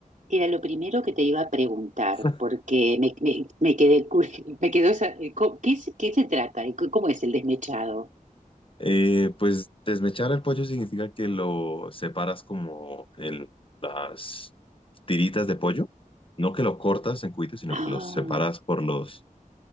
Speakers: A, on the right (about 60°); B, on the left (about 40°).
A: Era lo primero que te iba a preguntar,
B: <laughs>
A: porque me, me, me quedé, cu- <laughs> me quedó esa, eh, co- ¿qué, es- qué se trata? ¿Y cu- ¿Cómo es el desmechado?
B: Eh, pues desmechar el pollo significa que lo separas como en las tiritas de pollo. No que lo cortas en cubitos, sino
A: Ah,
B: que los separas por los,